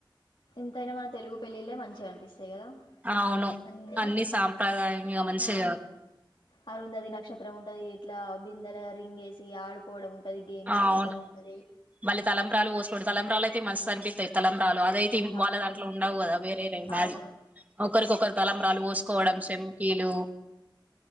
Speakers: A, on the left; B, on the right.
A: ఎంతైనా మన తెలుగు పెళ్ళిళ్ళే మంచిగా అనిపిస్తది. గదా
B: అవును
A: ఉందే
B: అన్ని సాంప్రదాయంగా మంచిగా
A: అ అరుందతి నక్షత్రం ఉంటది ఇట్లా బిందాల రింగేసి ఆడుకోవడం ఉంటది గేమ్స్
B: అ అవును
A: ఆడడం ఉంటది
B: మళ్ళీ తలంబ్రాలు పోసుకోడు తలంబ్రాలయితే <unintelligible> తన్ పిత్ అయితానం లు అదయితే
A: అవును
B: వాళ్ళ దాంట్లో ఉండవు కదా వేరేరేైనావీ
A: అవును
B: ఒకరికొకరు తలంబరాలు పోసుకోవడం సంకీలు